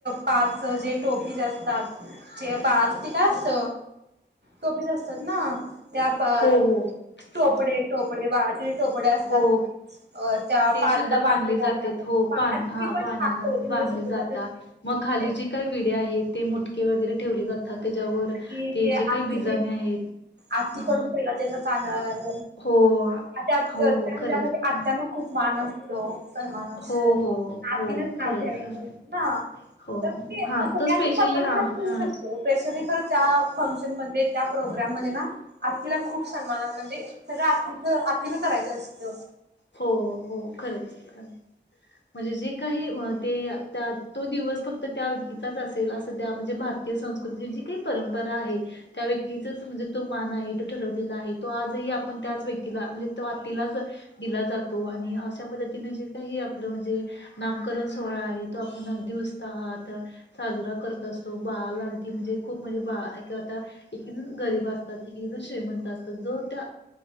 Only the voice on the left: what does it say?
हो हो
हो
हो
ते
सुद्धा बांधले
जातेत हो
पा
हा
पानाला
बांधले
जातात
मग खाली जी काही विडे आहेत ते मुटके वगैरे ठेवले जातात त्याच्यावर
जे काही
बिजाणे आहेत
हा
हो
हो
हो खरंच
हां
हो हो
हो
खरंच
हो
हां
तो स्पेशली
हां
हां
हो हो खरंच खर म्हणजे जे काही ते तो दिवस फक्त त्या व्यक्तीचाच असेल असं त्या म्हणजे भार भारतीय संस्कृतीची जी काही परंपरा आहे त्या व्यक्तीचाच म्हणजे तो मान आहे तो ठरवलेला आहे, तो आजही आपण त्याच व्यक्तीला म्हणजे तो आत्तीलाच दिला जातो आणि अशा पद्धतीने जे काही आपलं म्हणजे नामकरण सोहळा आहे तो आपण अगदी उसत आहात साजरा करत असतो बा अगदी म्हणजे खूप म्हणजे बा कं आता एकण गरीब असतात एक एकजण श्रीमंत असतात जो त्या